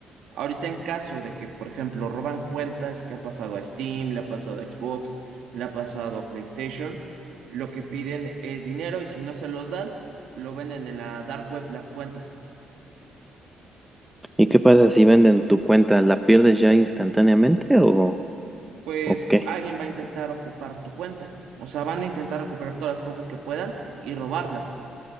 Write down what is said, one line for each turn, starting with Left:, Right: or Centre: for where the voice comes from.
Right: Ahorita en caso de que, por ejemplo, roban cuentas que ha pasado a Steam, le ha pasado a Xbox, le ha pasado a PlayStation, lo que piden es dinero y si no se los dan, lo venden en la dark web las cuentas.
Centre: ¿Y qué pasa si venden tu cuenta? ¿La pierdes ya instantáneamente o,
Right: Pues
Centre: o qué?
Right: alguien va a intentar ocupar tu cuenta. O sea, van a intentar recuperar todas las cuentas que puedan y robarlas.